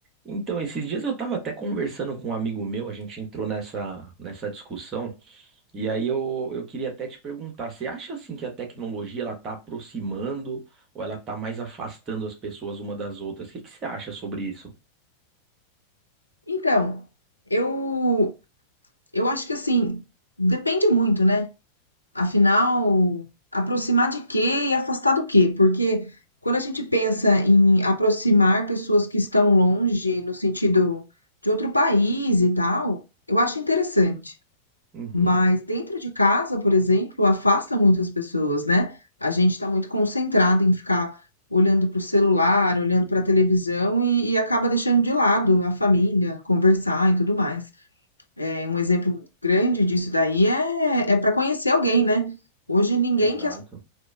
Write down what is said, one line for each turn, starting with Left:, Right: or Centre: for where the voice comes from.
Right: Então, esses dias eu estava até conversando com um amigo meu, a gente entrou nessa, nessa discussão, e aí eu, eu queria até te perguntar, você acha assim que a tecnologia ela tá aproximando ou ela tá mais afastando as pessoas uma das outras? O que que você acha sobre isso?
Left: Então, eu eu acho que assim, depende muito, né? Afinal, aproximar de quê e afastar do quê? Porque quando a gente pensa em aproximar pessoas que estão longe, no sentido de outro país e tal, eu acho interessante.
Right: Uhum,
Left: Mas dentro de casa, por exemplo, afasta muitas pessoas, né? A gente está muito concentrado em ficar olhando para o celular, olhando para a televisão e, e acaba deixando de lado a família, conversar e tudo mais. É, um exemplo grande disso daí é, é para conhecer alguém, né? Hoje ninguém
Right: exato,
Left: que é